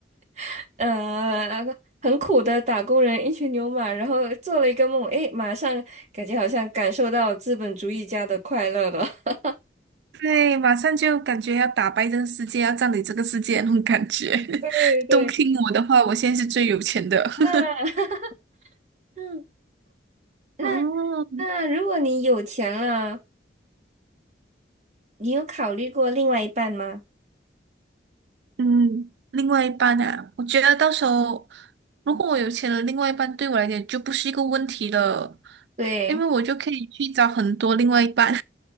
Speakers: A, on the right (about 40°); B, on the right (about 70°).
A: <laughs> 呃很苦的打工人，一群牛马，然后做了一个梦，诶，马上感觉好像感受到资本主义家的快乐了。<laughs>
B: 对，马上就感觉要打败这个世界，要占领这个世界那种感觉。
A: 对对，
B: <laughs> 都听我的话，我现在是最有钱的。
A: 啊，
B: <laughs>
A: <laughs> 嗯，那
B: 哦，
A: 那如果你有钱了，你有考虑过另外一半吗？
B: 嗯，另外一半啊，我觉得到时候如果我有钱了，另外一半对我来讲就不是一个问题了，
A: 对，
B: 因为我就可以去找很多另外一半。